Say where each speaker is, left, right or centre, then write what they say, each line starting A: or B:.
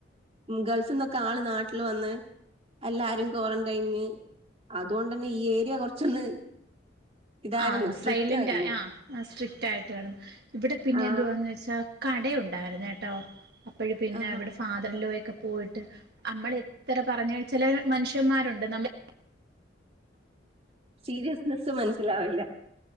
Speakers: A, on the right (about 30°); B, on the right (about 60°).
A: ഗൾഫ്ന്നൊക്കെ ആള് നാട്ടില് വന്ന് എല്ലാരും ക്വാറന്റൈന് അതുകൊണ്ട തന്നെ ഈ ഏരിയ കുറച്ചൊന്ന്. ഇതായിരുന്നു
B: ആ
A: സ്ട്രിക്റ്റ്
B: സൈലന്റ്
A: ആയിരുന്നു
B: ആ സ്ട്രിക്..... ട്ടായിട്ട് കാണുന്നു ഇവിടെ പിന്നെ
A: ആ
B: എന്തുവാന്ന് വെച്ചാ കടണ്ടായിരുന്ട്ടോ. അപ്പഴ് പിന്നെ
A: ആഹാ
B: ഇവിടെ ഫാദറിൻലോയൊക്കെ..... പോയിട്ട് മ്മൾ എത്ര പറഞ്ഞ ചില മനുഷ്യന്മാരുണ്ട് നമ്മൾ
A: സീരിയസ്നെസ്സ് മനസ്സിലാവില്ല.